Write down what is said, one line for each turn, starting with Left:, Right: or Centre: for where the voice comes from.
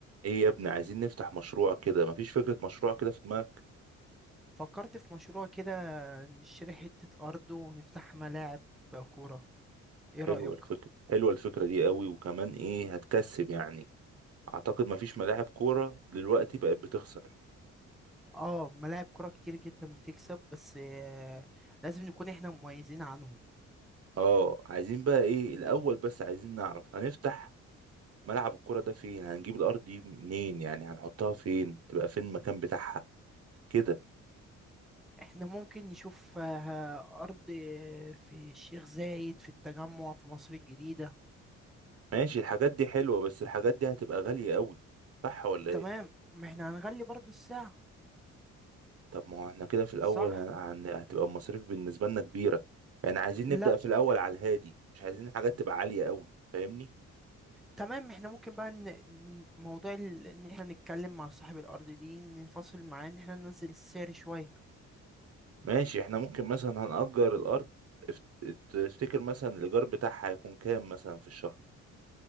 Right: ايه يا ابني عايزين نفتح مشروع كده مفيش فكرة مشروع كده في دماغك
Centre: فكرت في مشروع كده نشتري حتة أرض ونفتح ملاعب كورة إيه
Right: حلوة
Centre: رأيك؟
Right: الفكرة حلوة الفكرة دي قوي وكمان ايه هتكسب يعني اعتقد مفيش ملاعب كورة دلوقتي بقت بتخسر
Centre: آه ملاعب كورة كتير جدا بتكسب بس آه، لازم نكون إحنا مميزين عنهم
Right: اه عايزين بقى ايه الاول بس عايزين نعرف هنفتح ملعب الكورة ده فين هنجيب الارض دي منين يعني هنحطها فين تبقى فين المكان بتاعها كده
Centre: إحنا ممكن نشوف آه، أرض في الشيخ زايد في التجمع في مصر الجديدة
Right: ماشي الحاجات دي حلوة بس الحاجات دي هتبقى غالية قوي صح ولا
Centre: تمام
Right: ايه
Centre: ما إحنا هنغلي برضو الساعة
Right: طب ما هو احنا كده في الاول
Centre: صح؟
Right: هن... هن... هتبقى المصاريف بالنسبه لنا كبيره يعني عايزين
Centre: لا
Right: نبدا في الاول على الهادي مش عايزين حاجات تبقى عاليه قوي فاهمني
Centre: تمام إحنا ممكن بقى ن... ن- موضوع ال- إن إحنا نتكلم مع صاحب الأرض دي ننفصل معاه إن إحنا ننزل السعر شوية
Right: ماشي احنا ممكن مثلا هنأجر الارض افت- تفتكر مثلا الايجار بتاعها هيكون كام مثلا في الشهر